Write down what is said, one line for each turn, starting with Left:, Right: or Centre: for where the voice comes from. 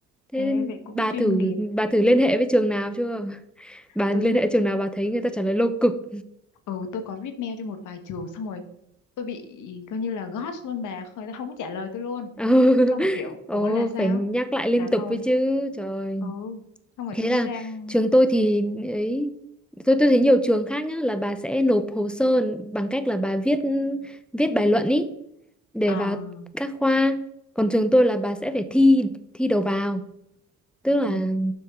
Centre: thế
Left: Ê,
Centre: nên
Left: vậy cũng
Centre: bà
Left: chuyên
Centre: thử
Left: nghiệp.
Centre: bà thử liên hệ với trường nào chưa <laughs> bà
Left: Tôi
Centre: liên hệ trường nào bà thấy người ta trả lời lâu cực
Left: ừ tôi có viết mail cho một vài trường xong rồi tôi bị coi như là ghost luôn bà, không không có trả lời tôi luôn.
Centre: <laughs>
Left: Xong rồi kiểu
Centre: ồ
Left: ủa là sao?
Centre: phải nhắc lại liên
Left: Là
Centre: tục
Left: thôi.
Centre: với chứ trời
Left: Ừ, xong rồi
Centre: thế
Left: tôi
Centre: là
Left: mới đang
Centre: trường tôi thì ấy tôi tôi thấy nhiều trường khác nhá là bà sẽ nộp hồ sơ bằng cách là bà viết viết bài luận ý để
Left: à
Centre: vào các khoa còn trường tôi là bà sẽ phải thi thi đầu vào tức là
Left: ừ.